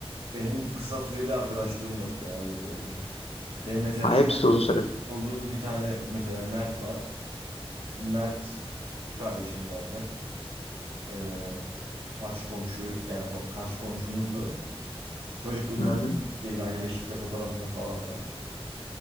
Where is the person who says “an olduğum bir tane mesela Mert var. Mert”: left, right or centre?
Right